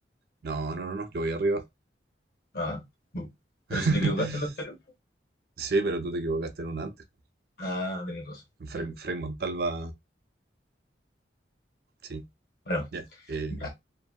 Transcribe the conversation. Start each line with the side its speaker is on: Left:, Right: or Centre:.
Right: No, no, no, no, yo voy arriba.
Left: Ah, bu. pero
Right: <laughs>
Left: si te equivocaste en lo anterior,
Right: Sí, pero tú te equivocaste en una antes.
Left: ah, tenías razón.
Right: En Frei,
Left: Ya,
Right: Frei Montalva. Sí,
Left: bueno.
Right: ya. Eh,
Left: ya